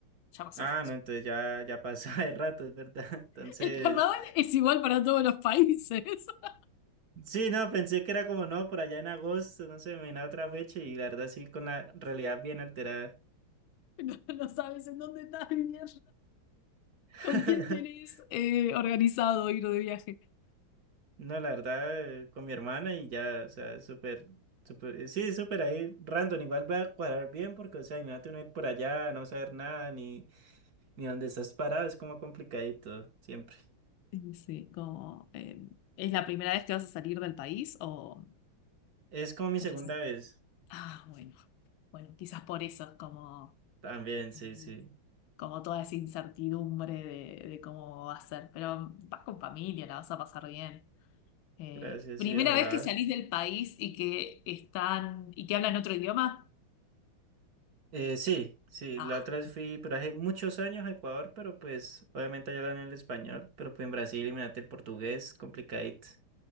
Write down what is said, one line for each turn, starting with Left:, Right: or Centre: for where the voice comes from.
Left: Ya pasó,
Right: Ah,
Left: ya pasó.
Right: no, entonces ya, ya pasó <laughs> de rato, es verdad. Entonces,
Left: <laughs> El carnaval es igual para todos los países. <laughs>
Right: sí, no, pensé que era como no, por allá en agosto, no sé, me vino a otra fecha y la verdad sí, con la realidad bien alterada.
Left: No sabes en dónde estás viviendo,
Right: <laughs>
Left: con quién tenés eh, organizado ir de viaje.
Right: No, la verdad, eh, con mi hermana y ya, o sea, súper, súper, eh, sí, súper ahí, random, igual va a cuadrar bien porque, o sea, imagínate uno ir por allá, no saber nada, ni, ni dónde estás parado, es como complicadito, siempre.
Left: Y Sí, como, eh, ¿es la primera vez que vas a salir del país o,
Right: Es como mi
Left: o
Right: segunda
Left: ya salí?
Right: vez.
Left: Ah, bueno, bueno, quizás por eso, es como,
Right: También,
Left: eh,
Right: sí, sí.
Left: como toda esa incertidumbre de, de cómo va a ser. Pero vas con familia, la vas a pasar bien. Eh,
Right: Gracias,
Left: ¿primera
Right: sí, ojalá.
Left: vez que salís del país y que están y que hablan otro idioma?
Right: Eh, sí, sí,
Left: Ah.
Right: la otra vez fui, pero hace muchos años a Ecuador, pero pues obviamente allá hablan el español, pero pues en Brasil, imagínate el portugués, complicadito.